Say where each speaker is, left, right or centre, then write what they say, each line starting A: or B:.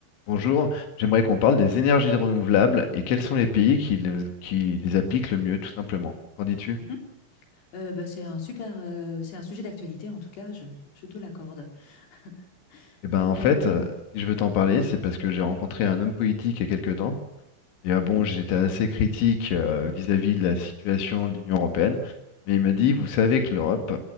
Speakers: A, on the left; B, on the left.
A: Bonjour, j'aimerais qu'on parle des énergies renouvelables et quels sont les pays qui les, qui les appliquent le mieux, tout simplement. Qu'en dis-tu?
B: Mhm. Euh, bah, c'est un super, euh, c'est un sujet d'actualité en tout cas, je, je te l'accorde. <laughs>
A: Eh ben, en fait,
B: Euh,
A: euh, si je veux t'en parler, c'est parce que j'ai rencontré un homme politique il y a quelques temps. Et euh,
B: mhm,
A: bon, j'étais assez critique euh, vis-à-vis de la situation de l'Union européenne, mais il m'a dit, vous savez que l'Europe,